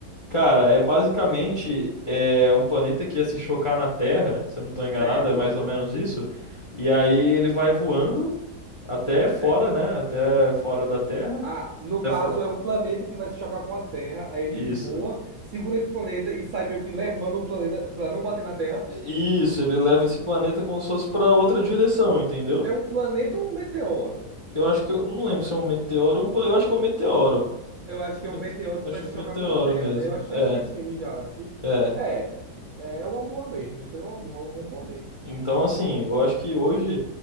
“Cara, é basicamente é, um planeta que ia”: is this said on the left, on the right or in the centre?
Left